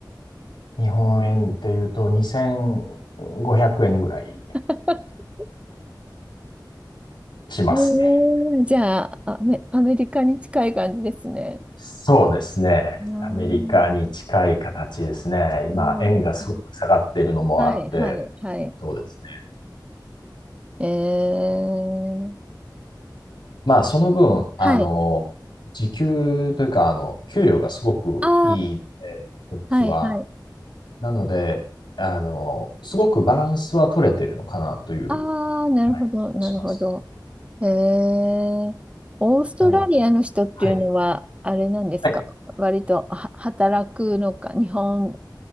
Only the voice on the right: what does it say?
<laughs>
えー、じゃあ、アメ、アメリカに近い感じですね。
あー
え
ーはい、はい、はい。
えー、
はい。
ああ、
はいはい。
ああ、なるほど、
なるほど。へえ、オーストラリアの人っていうのは、
あれなんですか割とは働くのか、
日本